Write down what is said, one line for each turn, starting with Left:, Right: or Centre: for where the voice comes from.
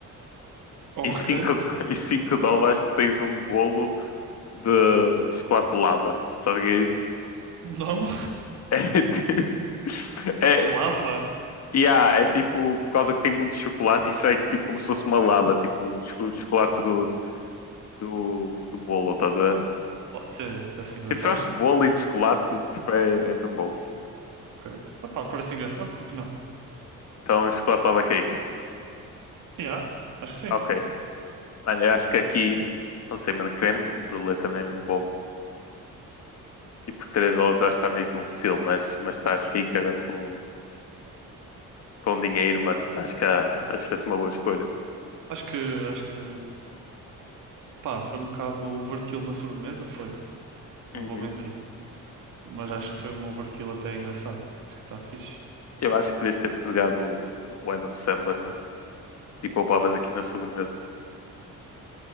Right: ok.
Left: E 5 <laughs> e cinco dólares se tens um bolo de chocolate de lava. Sabes o que é isso?
Right: Não,
Left: <laughs> É, ti-
Right: <laughs>
Left: é,
Right: lava.
Left: yeah, é tipo, por causa que tem muito chocolate, isso é tipo como se fosse uma lava, tipo os, chocolates do, do, do bolo, estás a ver?
Right: Oh, isso, é, isso parece engraçado.
Left: Tipo, se eu acho
Right: Porque...
Left: bolo e de chocolate, tipo, é, é mesmo bom.
Right: Ok. Ah, pá, parece engraçado, porque não?
Left: Então, chocolate lava cake.
Right: Yeah, acho que sim.
Left: Ok. Mano, eu acho que aqui, não sei, mano, creme brulee também é mesmo bom. E por 3 dólares acho que está meio que um selo, mas, mas estás rico agora com com dinheiro, mano, acho que, há, acho que essa é uma boa escolha.
Right: Acho que, acho que, pá, foi um bocado overkill na sobremesa, foi. Não
Left: Uhum.
Right: vou mentir. Mas acho que foi um overkill até engraçado. Acho que está fixe.
Left: Eu acho que devias ter pegado o- o Adam Sandler, mano, e poupavas aqui na sobremesa.